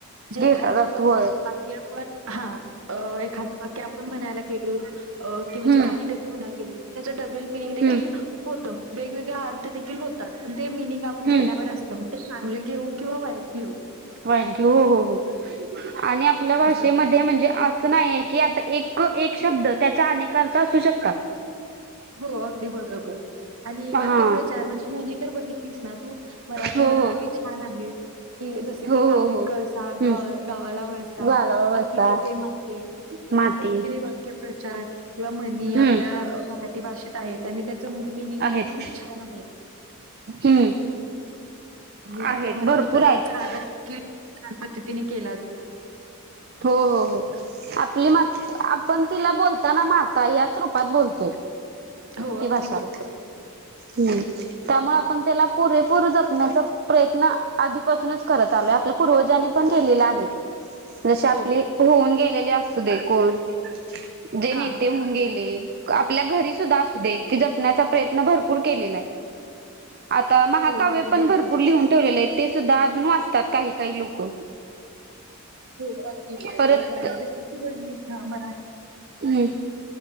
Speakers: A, on the right; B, on the right.
A: जे
B: घेता
A: एखाद
B: जातो
A: बाकी
B: होय
A: आपण हा अ एखाद बाकी आपण म्हणायला गेले अ
B: हम्म
A: काहीतरीे म्हणायला गेले त्याच्या डबल मिअनिंग देखील
B: हम्म
A: होते. वेगवेगळ्या अर्थ देखील होतात. ते मीनिंग आपण घेण्यावर
B: हम्म
A: असतं मग ते चांगलं घेऊ किंवा वाईट घेऊ.
B: होय की हो हो हो आणि आपल्या भाषेमध्ये
A: असं असतं.
B: म्हणजे असं नाहीय की आता एक एक शब्द त्याच्या अनेक अर्थ असू शकतात.
A: हो अगदी बरोबर आणि
B: हा
A: वाक्यप्रचार म्हणजे म्हणी तर बघितलीस ना, तू मराठीमध्ये
B: हो हो
A: किती छान आहे. कि जस
B: हो
A: की काकेत
B: हो हो हम्म.
A: कळसा घा गावाला वळसा
B: गाला वसा
A: अति तेथे माती छान
B: माती
A: पद्धतीने वाक्य प्रचार किंवा म्हणी
B: हम्म
A: आपल्या मराठी भाषेत आहेत. त्यांनी त्याच मिनिंग देखील
B: आहेत
A: खूप छान आहे.
B: हम्म
A: आणि आपल्या
B: आहेत
A: मराठी
B: भरपूर
A: भाषेचा
B: आहेत.
A: आदर देखील खूप छान पद्धतीने केला जातो.
B: हो हो हो आपली म आपण तिला बोलताना माता ह्याच रूपात बोलतो.
A: हो अगदी
B: चालेल
A: बरोबर
B: हम्म त्यामुळे आपण त्याला पुरेपूर जपण्याचा प्रयत्न आधीपासूनच करत आलोय आपल्या पूर्व जानी पण केलेल आहे. जसे आपले
A: हो
B: होऊन गेलेले असू दे कोण. जे
A: हा
B: नेते होऊन गेले. आपल्या घरी सुद्धा असू देत. ते जपण्याचा प्रयत्न भरपूर केलेला आहे. आता महाकाव्य
A: हो अगदी
B: पण
A: बरोबर
B: भरपूर लिहून ठेवलेले आहेत. ते सुद्धा अजून वाचतात काही काही लोक
A: हो अगदी बरोबर
B: परत
A: बरोबर आहे. जस की तू भरलीस हा मराठी
B: हम्म